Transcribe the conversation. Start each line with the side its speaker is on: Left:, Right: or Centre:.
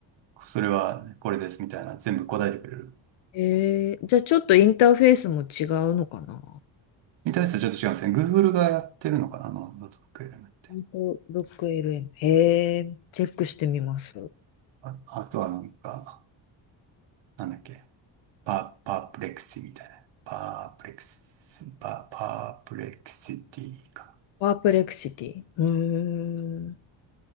Right: それはこれですみたいな、全部答えてくれる。
Left: えー、じゃあちょっとインターフェースも違うのかな。
Right: みたいなやつちょっと違うんですね。Google がやってるのかな、あの、ノートブックエレメントって。
Left: インフォブック LM。へえ、チェックしてみます。
Right: あ、あとはなんか、なんだっけ。パ、パープレクシみたいな。パープレクシ、パ、パープレクシティか。
Left: パープレクシティ。うーん。